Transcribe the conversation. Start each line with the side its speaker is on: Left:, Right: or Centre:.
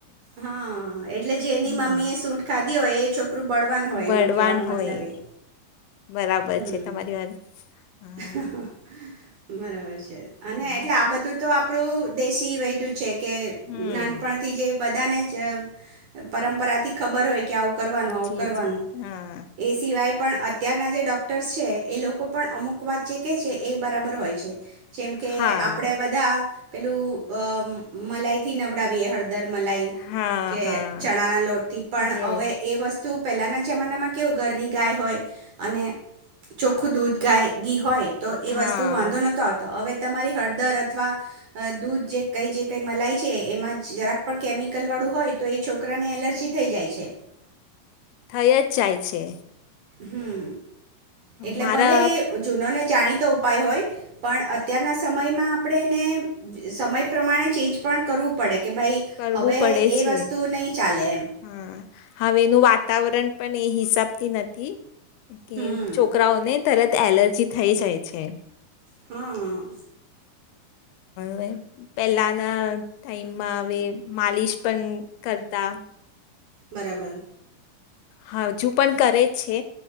Right: હા એટલે જેની
Left: હમ,
Right: મમ્મીએ એ સુંઠ ખાધી તી હોય એ છોક બળવાનું હોય
Left: બળવાન
Right: એનો કેવાનો મતલબ
Left: હોય
Right: એ.
Left: બરાબર
Right: હમ
Left: છે તમારી વાત હા
Right: હહ બરાબર છે. અને
Left: હા
Right: એટલે આ બધું તો આપણું દેશી વૈદ્ય ચેક કે
Left: હમ.
Right: નાનપણથી જે બધાને જ પરંપરા થી ખબર હોય કે આવું કરવાનું આવું
Left: જી
Right: કરવાનું.
Left: જી હા
Right: એ સિવાય પણ અત્યારના જે ડૉક્ટર્સ છે, એ લોકો પણ અમુક વાત જે કહે છે એ બરાબર હોય છે. જેમ કે
Left: હા
Right: આપડે બધા પેલું અ મલાઈથી નવડાવીએ હળદર મલાઇ,
Left: હા
Right: કે
Left: હા
Right: ચણા ના લોટથી પણ
Left: યસ
Right: હવે એ વસ્તુ તો પહેલાના જમાનામાં કેવુ ઘરની ગાય હોય, અને ચોખ્ખું દૂધ ગાય ઘી હોય તો એ
Left: હા.
Right: વસ્તુ વાંધો નહોતો આવતો હવે તમારી હળદ દર અથવા અ દૂધ જે કંઈ જે કંઈ મલાઈ છે એમાં જ જરાક પણ કેમિકલ વાળું હોય તો એ છોકરાને એલર્જી થઈ જાય છે.
Left: થઈ જ જાય છે.
Right: હમ એટલે
Left: મારા
Right: ભલે એ જૂનોને જાણીતો ઉપાય હોય, પણ અત્યારના સમયમાં આપણે એને સમય પ્રમાણે ચેન્જ પણ કરવું પડે. કે ભાઈ
Left: કરવું
Right: હવે
Left: પડે
Right: એ
Left: છે.
Right: વસ્તુ નહીં ચાલે એમ
Left: હા હવે એનું વાતાવરણ પણ એ હિસાબતી નથી. કે
Right: હમ
Left: છોકરાઓને તરત એલર્જી થઈ જાય છે.
Right: હા હા.
Left: હ પહેલાના ટાઈમમાં હવે માલિશ પણ કરતા.
Right: બરાબર.
Left: હા હજુ પણ કરે છે.